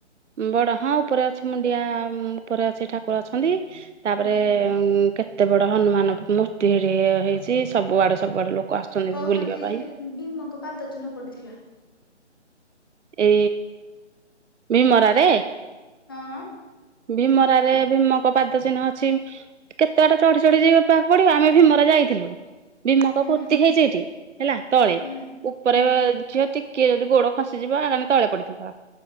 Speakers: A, on the right; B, on the left.
A: ବଡ ହଁ, ଉପରେ ଅଛି ମୁଣ୍ଡିଆ ଉପରେ ଅଛି ଠାକୁର ଅଛନ୍ତି। ତାପରେ
B: ହୁଁ।
A: ଉଁ କେତେ ବଡ ହନୁମାନ ମୂର୍ତ୍ତି ହେଠେ ହେଇଚି। ସବୁଆଡୁ ସବୁଆଡୁ ଲୋକ ଆସୁଛନ୍ତି
B: କହଉଛନ୍ତି
A: ବୁଲିବା ପାଇଁ
B: ସେଠି ଭୀମଙ୍କ ପାଦ ଚିହ୍ନ ପଡିଥିଲା।
A: ଏଇ ମିମରାରେ?
B: ହଁ।
A: ଭୀମରାରେ ଭୀମଙ୍କ ପାଦ ଚିହ୍ନ ଅଛି। କେତେବାଟ ଚଢି ଚଢି ଯିବାପାଇଁ ପଡିବ। ଆମେ ଭୀମରା ଯାଇଥିଲୁ। ବିମକ
B: ହୁଁ
A: ପୂର୍ତ୍ତି ହେଇଚି ହେଠି, ହେଲା ତଳେ?
B: ହୁଁ
A: ଉପରେ
B: ହୁଁ।
A: ଝିଅ ଟିକେ ଯଦି ଗୋଡ ଖସି ଖସିଯିବ ଆମେ ତଳେ ପଡିଥିବୁ